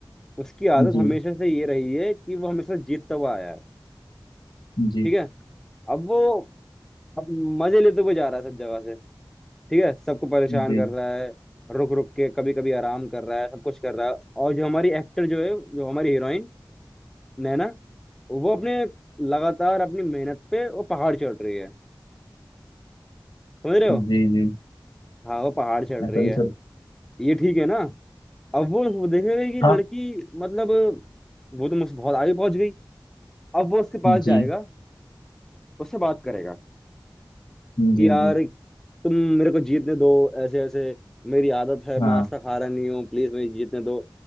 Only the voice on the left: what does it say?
जी
जी
जी
जी जी
ऐसा
भी
सर
हाँ
जी
जी
जी
हाँ